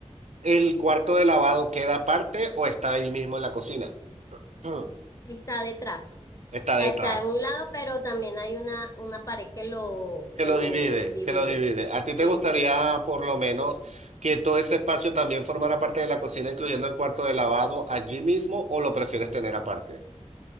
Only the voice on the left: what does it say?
Está detrás.
O sea,
está en un lado, pero también hay una, una pared que lo,
que
los
divide.
Sí.